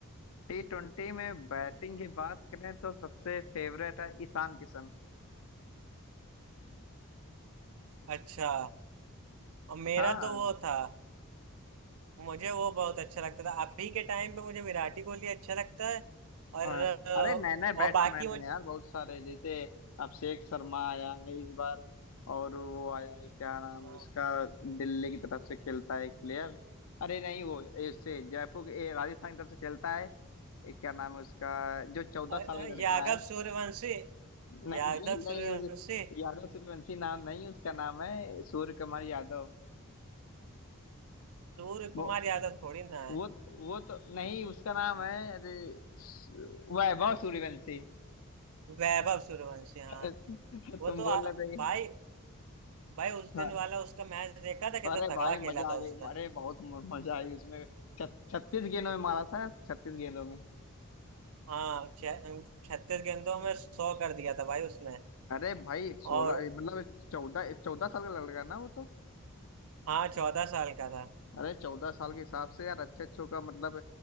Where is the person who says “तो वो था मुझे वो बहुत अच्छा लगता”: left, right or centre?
Right